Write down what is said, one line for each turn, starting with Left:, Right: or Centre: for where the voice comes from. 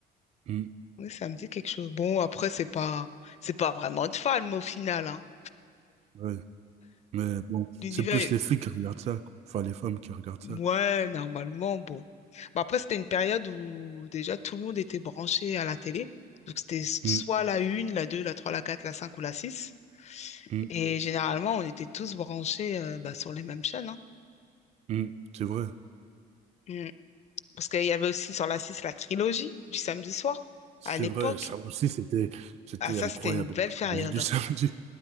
Right: Hmm,
Left: Oui, ça me dit quelque chose. Bon, après, c'est pas, c'est pas vraiment de fan, mais au final, hein.
Right: ouais. Mais bon,
Left: L'univers,
Right: c'est plus
Left: est-
Right: les filles qui regardent ça, quoi. Enfin, les femmes qui regardent
Left: ouais,
Right: ça, quoi.
Left: normalement, bon. Bah, après, c'était une période où déjà tout le monde était branché à la télé. Donc, c'était soit
Right: Hmm,
Left: la une, la 2, la 3, la 4, la 5 ou la 6,
Right: hmm,
Left: Et généralement, on était tous branchés euh, bah, sur les mêmes chaînes. hein.
Right: hmm, C'est vrai.
Left: Mm. Parce qu'il y avait aussi sur la 6 la trilogie du samedi soir
Right: C'est
Left: à l'époque.
Right: vrai. Ça aussi, c'était, c'était
Left: Ah, ça,
Right: incroyable.
Left: c'était une belle
Right: La
Left: période.
Right: trilogie du
Left: hein.
Right: samedi.